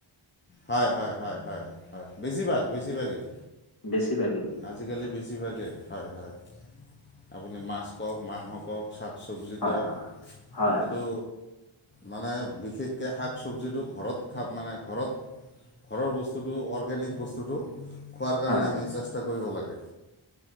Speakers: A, on the left; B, on the left.
A: হয় হয় হয় হয় হয়। বেছিভাগ বেছিভাগেই
B: বেছিভাগেই
A: আজিকালি বেছিভাগেই হয় হয় আপুনি মাছ কওক, মাংস কওক। শাক চব্জি
B: হয়
A: কওক
B: হয় হয়
A: এইটো
B: হয়
A: মানে বিশেষকে শাক চবজিটো ঘৰত খাম মানে ঘৰত ঘৰৰ বস্তুটো, অৰ্গেনিক বস্তুটো খোৱাৰ কাৰণে
B: হয়
A: আমি চেষ্টা কৰোঁ। চেষ্টা কৰিব লাগে।